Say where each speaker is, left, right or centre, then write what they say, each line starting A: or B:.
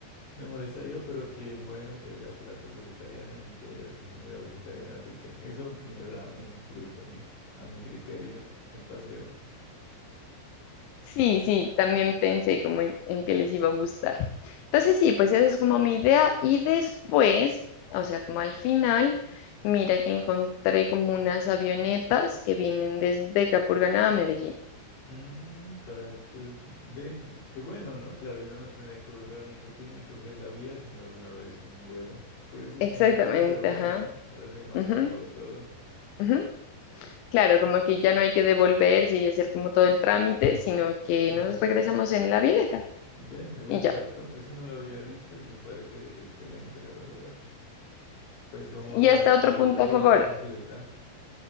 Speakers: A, on the left; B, on the left.
A: Me molestaría, pero qué bueno que haya platos vegetarianos y que haya así comida vegetariana rica. Eso le da un plus a mí, a mi criterio, al paseo.
B: Sí, sí, también pensé como en, en que les iba a gustar. Entonces sí, pues esa es como mi idea. Y después, o sea, como al final, mira que encontré como unas avionetas que vienen desde Capurganá a Medellín.
A: Mm, para, pues, ve, qué bueno, ¿no? Claro, y uno no tendría que volver a Necoclí ni coger la vía, sino de una vez en un vuelo. Pues es
B: Exactamente,
A: una opción re buena
B: ajá.
A: para hacer más
B: Ujú,
A: cómodo todo.
B: ujú. Claro, como que ya no hay que devolverse y hacer como todo el trámite, sino que
A: Ujú.
B: nos regresamos en la avioneta
A: Bien, me gusta
B: y ya.
A: harto. Eso no lo había visto y me parece excelente, la verdad. Pues como
B: Y
A: dar
B: hasta otro
A: el-
B: punto
A: la vuelta
B: a favor.
A: completa.